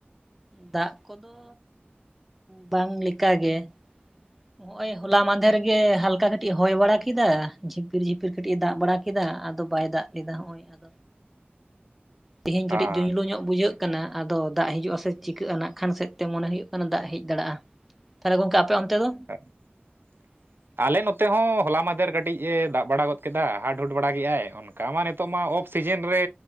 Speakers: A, in the centre; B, on the right (about 65°).
A: ᱫᱟᱜ ᱠᱚ ᱫᱚ ᱵᱟᱝ ᱞᱮᱠᱟ ᱜᱮ᱾ ᱱᱚᱜᱼᱚᱭ ᱦᱚᱞᱟ ᱢᱟᱫᱷᱮᱨ ᱜᱮ ᱦᱟᱞᱠᱟ ᱠᱟᱹᱴᱤᱡ ᱦᱚᱭ ᱵᱟᱲᱟ ᱠᱮᱫᱟ, ᱡᱷᱤᱯᱤᱨ ᱡᱷᱤᱯᱤᱨ ᱠᱟᱹᱴᱤᱡ ᱮ ᱫᱟᱜ ᱵᱟᱲᱟ ᱠᱮᱫᱟ, ᱟᱫᱚ ᱵᱟᱭ ᱫᱟᱜ ᱞᱮᱫᱟ ᱦᱚᱸᱜᱼᱚᱭ ᱟᱫᱚ, ᱛᱮᱦᱮᱧ
B: ᱦᱮᱸ
A: ᱠᱟᱹᱴᱤᱡ ᱡᱩᱡᱽᱞᱩ ᱧᱚᱜ ᱵᱩᱡᱷᱟᱹᱜ ᱠᱟᱱᱟ, ᱟᱫᱚ ᱫᱟᱜ ᱦᱤᱡᱩᱜᱼᱟ ᱥᱮ ᱪᱤᱠᱟᱹᱜᱼᱟ ᱱᱟᱜ ᱠᱷᱟᱱ ᱥᱮᱫ ᱛᱮ ᱢᱚᱱᱮ ᱦᱩᱭᱩᱜ ᱠᱟᱱᱟ ᱫᱟᱜ ᱦᱮᱡ ᱫᱟᱲᱮᱭᱟᱜᱼᱟ ᱾ ᱛᱟᱦᱚᱞᱮ ᱜᱚᱝᱠᱮ ᱟᱯᱮ ᱚᱱᱛᱮ ᱫᱚ
B: <inaudible>
A: <inaudible>
B: ᱟᱞᱮ ᱱᱚᱛᱮ ᱦᱚᱸ ᱦᱚᱞᱟ ᱢᱟᱫᱷᱮᱨ ᱠᱟᱹᱴᱤᱡ ᱮ ᱫᱟᱜ ᱵᱟᱲᱟ ᱜᱚᱫ ᱠᱮᱫᱟ, ᱦᱟᱰ-ᱦᱩᱰ ᱵᱟᱲᱟ ᱠᱮᱜᱼᱟᱭ ᱚᱱᱠᱟ ᱢᱟ ᱱᱮᱛ ᱱᱤᱛᱚᱜ ᱢᱟ ᱚᱯᱷ ᱥᱤᱡᱮᱱ ᱨᱮ